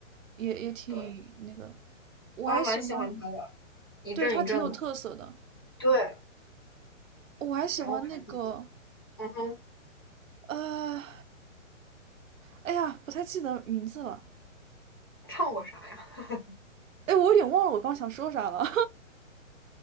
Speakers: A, on the right (about 75°); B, on the left (about 20°).
A: 也也挺那个，
B: 对。
A: 我还喜欢，
B: 我还蛮喜欢他的，一阵一阵的。
A: 对她挺有特色的，
B: 对，
A: 我还喜欢那个，
B: 然后我还是，嗯哼，
A: 呃，哎呀，不太记得名字了，
B: 唱过啥呀？<laughs>
A: 哎，我有点忘了我刚想说啥了，